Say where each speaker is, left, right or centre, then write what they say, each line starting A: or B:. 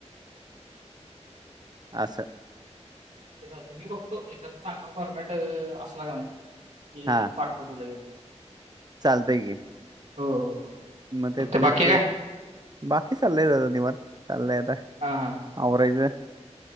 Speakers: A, on the right (about 35°); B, on the right (about 80°).
A: असं.
B: चालतंय चालतयं मी बघतो एखाद चांगला फॉरमॅट असला की नाही मी
A: हां,
B: पाठ वतो लगेच.
A: चालतंय की.
B: हो, हो, हो.
A: म काय
B: फक्त
A: तेच
B: बाकी काय?
A: बाकी चाललंय जरा निवांत चाललंय आता.
B: हा हा
A: आवरायच.